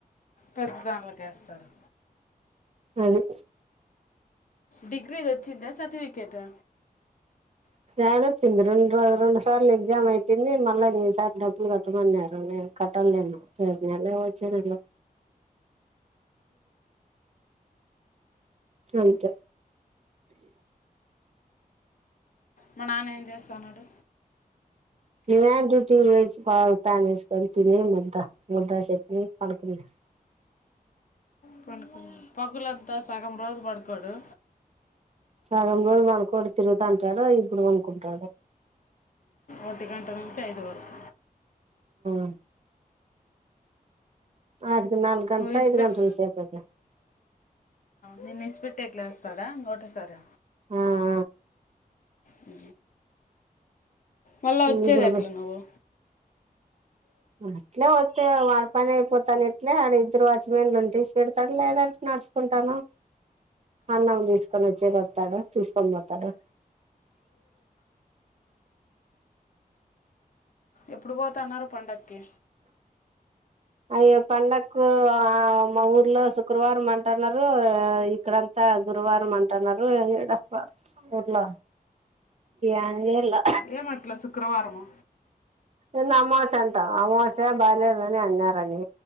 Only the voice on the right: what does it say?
ఓహో
యడ వచ్చింది రెండు రెండు సార్లు ఎగ్జామ్ పెట్టింది మళ్ళా ఈసారి డబ్బులు కట్టమన్నారు కట్టాలి ఇంకా రేపు నెల వచ్చే నెల ఎంత
ఒవర్ డ్యూటీ చేసి బాగ ఫ్యాన్ వేసుకోనీ తిని ముద్దా ముద్దా చెట్ని తిని పడుకున్నాడు
సగంలో పడుకోడు తిరుగుతంటాడు ఇప్పుడు పనుకుంటాడు
అ అహు <unintelligible> నాలుగు గంటట్లొ
ఐదు గంటల సేపుఅయితా
ఆ ఆ
ఇప్పుడు
అట్లే వస్తే వాడి పని అయిపోతాను ఇట్లే వాడ ఇద్దరు వాచమాన్లు ఉంటే ఈడ్చి పెడతాడు లేదంటే నడుచుకుంటాను అన్నం తీసుకొని వచ్చేపోతాడు తీసుకొని పోతాడు
అయ్యో పండకు ఆ మా ఊర్లో శుక్రవారం అంటున్నారు ఇక్కడంతా గురువారం అంటున్నారు ఏడబ్బా ఊర్లో ఏందో ఇళ్ళు
ఇంద అమావస్య అంటా అమావస్య బాలేదని అన్నారని